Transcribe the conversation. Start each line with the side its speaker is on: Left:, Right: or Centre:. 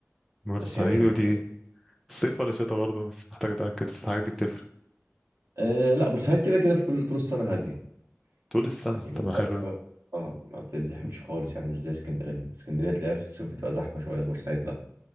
Centre: بورسعيد
Right: بس هي مش مشهورة
Centre: ودي الصيف ولا شتا برضه بس محتاج أتأكد بس الحاجات دي بتفرق
Right: أه لا بورسعيد كده كده في كل طول السنة هادية
Centre: طول السنة
Right: يعني بورسعيد
Centre: طب ما حلو أوي
Right: اه آه، ما بتتزحمش خالص يعني مش زي اسكندرية اسكندرية تلاقيها في الصيف بتبقى زحمة شوية بورسعيد لا